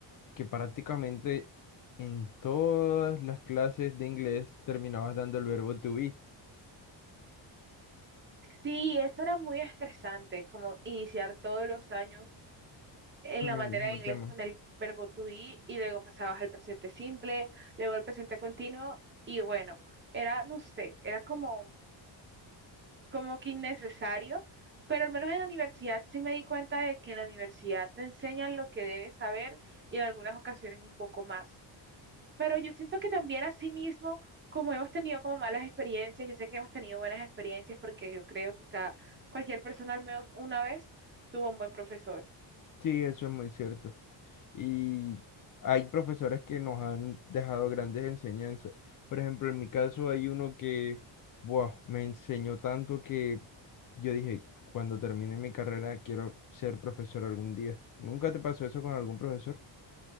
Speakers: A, on the left; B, on the right.
A: que prácticamente en todas las clases de inglés terminabas dando el verbo to be
B: sí, eso era muy estresante, como iniciar todos los años en
A: con
B: la materia
A: el mismo
B: de inglés
A: tema?
B: con el verbo to be y luego pasabas al presente simple, luego al presente continuo y bueno, era, no sé, era como, como que innecesario, pero al menos en la universidad sí me di cuenta de que en la universidad te enseñan lo que debes saber y en algunas ocasiones un poco más. Pero yo siento que también asimismo, como hemos tenido como malas experiencias, yo sé que hemos tenido buenas experiencias porque yo creo que cada, cualquier persona al menos una vez tuvo un buen profesor.
A: Sí, eso es muy cierto. y hay profesores que nos han dejado grandes enseñanzas. Por ejemplo, en mi caso hay uno que, buah, me enseñó tanto que yo dije, cuando termine mi carrera quiero ser profesor algún día. ¿Nunca te pasó eso con algún profesor?